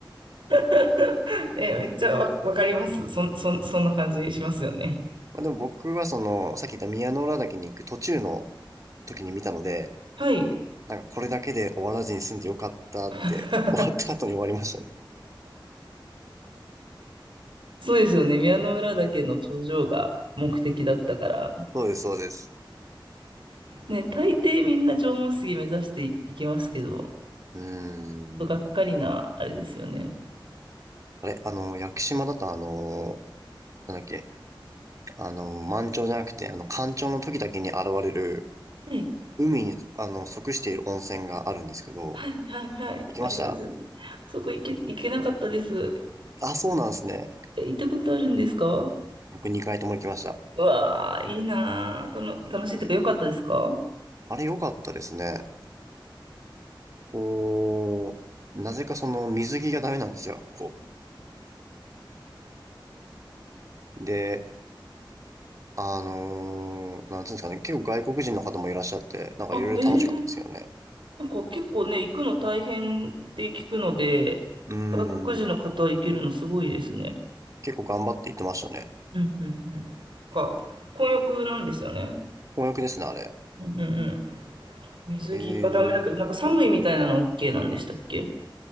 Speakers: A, on the right (about 75°); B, on the right (about 40°).
A: <laughs> え、めっちゃわ、わかります。そん、そん、そんな感じしますよね。
B: まあ、でも僕はその、さっき言った宮之浦岳に行く途中の時に見たので、
A: はい。
B: なんかこれだけで終わらずに済んでよかったって、
A: <laughs>
B: <laughs> 終わった後に終わりましたね。
A: そうですよね。宮之浦岳の頂上が目的だったから。
B: そうです、そうです。
A: ね、大抵みんな縄文杉目指していきますけど、ちょ
B: うーん。
A: がっかりな、あれですよね。
B: あれ、あの、屋久島だとあのなんだっけ、あの、満潮じゃなくて、あの、干潮の時だけに現れる、
A: はい、
B: 海に、あの、即している温泉があるんですけど、
A: はい、はい、はい、
B: 行きました
A: あります。そこ行け、行けなかったです。
B: あ、そうなんですね。
A: え、行ったことあるんですか
B: 僕2回とも行きました。
A: うわー、いいなー。たの、楽しいとか良かったですか
B: あれ良かったですね。おー、なぜかその水着がダメなんですよ、こう。で、あのーなんていうんですかね、結構外国人の方もいらっしゃって、なんかいろいろ楽しかったんですよね。
A: あ、ええなんか結構ね、行くの大変って聞くので、
B: うーん、
A: 外国人の方行けるのすごいですね。
B: 結構頑張って行ってましたね。
A: うん、うん、うん。なんか、混浴なんですよね。
B: 混浴ですね、あれ。
A: うんうん。水着がダメだけど、
B: えー、
A: なんか寒いみたいなの OK なんでしたっけ